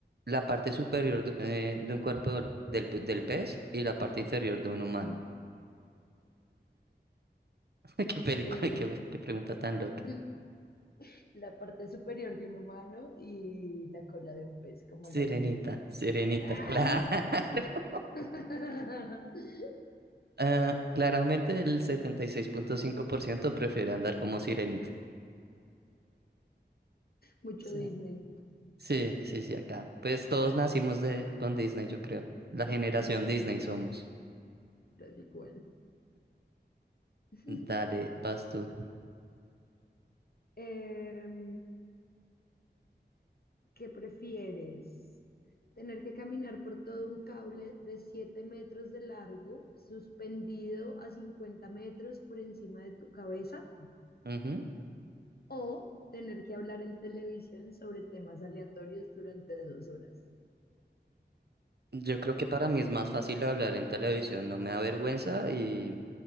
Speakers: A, on the right (about 60°); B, on the left (about 55°).
A: la parte superior de, eh, de un cuerpo del, del pe- del pez y la parte inferior de un humano. <laughs> Qué película,
B: Eh,
A: qué, qué pregunta tan loca.
B: mm, la parte superior de un humano y la cola de un pez, como
A: Sirenita,
B: la sirenita.
A: sirenita,
B: Ah.
A: claro. <laughs>
B: <laughs>
A: Ah, claramente el 76.5% prefiere andar como sirenita.
B: Mucho
A: Sí,
B: Disney.
A: sí, sí, sí, acá. Pues todos nacimos de, con Disney, yo creo. La generación
B: <laughs>
A: Disney
B: Sí,
A: somos.
B: tal y cual. <laughs>
A: Dale, vas tú.
B: Em, ¿qué prefieres? ¿Tener que caminar por todo un cable de 7 metros de largo, suspendido a 50 metros por encima de tu cabeza?
A: Ujú.
B: ¿O tener que hablar en televisión sobre temas aleatorios durante dos horas?
A: Yo creo que para mí es más fácil hablar en televisión, no me da vergüenza y,